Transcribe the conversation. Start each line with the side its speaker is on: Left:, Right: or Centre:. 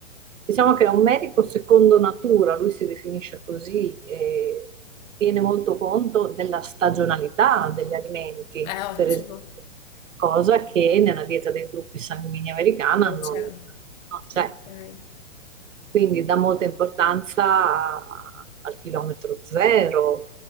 Right: Diciamo che è un medico secondo natura, lui si definisce così, e tiene molto conto della stagionalità degli alimenti,
Left: Beh, ottimo,
Right: per esempio cosa che nella dieta dei gruppi sanguigni americana
Left: non
Right: non,
Left: c'è.
Right: non c'è.
Left: Ok.
Right: Quindi dà molta importanza a- al chilometro zero.